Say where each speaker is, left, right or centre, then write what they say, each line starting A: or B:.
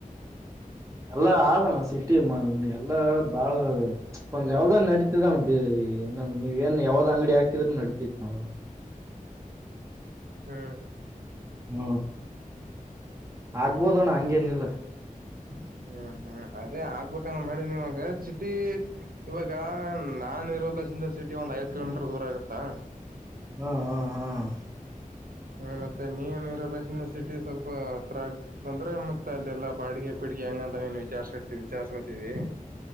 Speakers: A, on the right (about 20°); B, on the right (about 85°).
A: ಎಲ್ಲಾ ಆದಣ ಸಿಟ್ಟಿ ಮಾಲ್ ಎಲ್ಲಾ ಬಾಳ ಒಂದ ಯಾವ್ದ ನಡತಿದಣ ಬ ಇನ್ನೊ ನೀವ ಏನ್ ಯಾವ್ದ್ ಅಂಗಡಿ ಹಾಕಿದ್ರ ನಡತಿತ್ ನಾವವು
B: ಹ್ಮ್
A: ಹ್ಮ ಆಗ್ಬೋದಣ್ಣ ಹಂಗೇನಿಲ್ಲ
B: <inaudible> ಹ್ಮ್ ಹ್ಮ್ ಅದೇ ಆಕ್ಬೇಕಲ್ಲ ಮಾಡಿನಿ ಇವಾಗ ಸಿಟಿ ಇವಾಗ ನಾಾನನ್ ಇರಲ್ಲ ಸಿಟ ಒಂದ್ ಐದ ಕಿಲೋಮೀಟರ್ ದೂರ ಆಗುತ್ತಾ
A: ಹ್ಮ್ ಹ್ಮ್ ಹ್ಮ್
B: ಹ್ಮ ಮತ್ತೆ ನೀ ನೀ ಇರಲ್ಲ ಸಿಟಿ ಸ್ವಲ್ಪ ಹತ್ರ ಆಗತ್ ಅಂದ್ರೆ ಮತ್ತೆ ಅಲ್ಲೆಲ್ಲಾ ಬಾಡಿಗೆ ಹಡ್ ಹೆಂಗಂತ ನೀನು ವಿಚಾರ್ಸ್ಕತಿ ವಿಚಾರ್ಸ್ಕೊತಿದವಿ